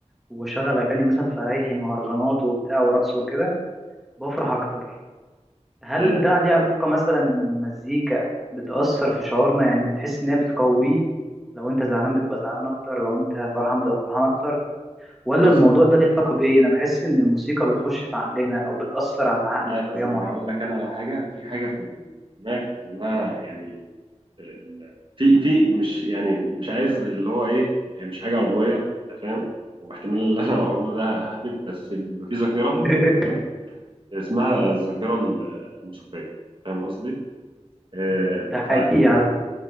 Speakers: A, in the centre; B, on the right (about 45°).
A: وبشغل اغاني مثلا فرايحي مهرجانات وبتاع ورقص وكده بفرح اكتر هل
B: فاهم.
A: ده ليه علاقه مثلا ان المزيكا بتاثر في شعورنا يعني بتحس ان هي بتقويه لو انت زعلان بتبقى زعلان اكتر لو انت فرحان بتبقى فرحان اكتر ولا
B: بص
A: الموضوع ده ليه علاقه بايه انا بحس ان الموسيقى بتخش في عقلنا او بتاثر على العقل
B: آه،
A: بطريقه
B: يا زميلي
A: معينه
B: أقول لك أنا على حاجة في حاجة في دماغك اسمها يعني ال- في في مش يعني مش عايز اللي هو ايه هي مش حاجه عضويه انت فاهم واحتمال اللي انا هقوله ده ههبد بس بيبقى في ذاكره
A: <laughs>
B: فاهم اسمها الذاكره ال- الموسيقيه فاهم قصدي؟ آه،
A: ده
B: فا-
A: حقيقي على